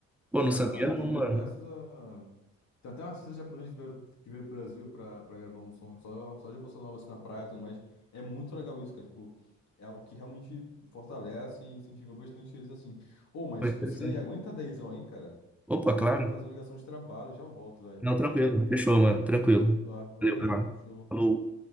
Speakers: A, in the centre; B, on the left.
A: Pô,
B: Aham,
A: não sabia não,
B: tem
A: mano.
B: diversos, ah, Tem até um artista japonês que veio, que veio pro Brasil pra, pra gravar um som só, só de bossa nova, assim, na praia e tudo mais. É muito legal isso, cara. Tipo, é algo que realmente fortalece e incentiva bastante eles, assim. Ô, mas,
A: Foi
B: tipo,
A: interessante.
B: você aguenta dezão aí, cara?
A: Opa,
B: Vou
A: claro.
B: ter que fazer uma ligação de trabalho, já volto, velho.
A: Não,
B: Rapidão
A: tranquilo.
B: mesmo.
A: Fechou, mano. Tranquilo.
B: Tá, valeu,
A: Valeu, cara.
B: show.
A: Falou.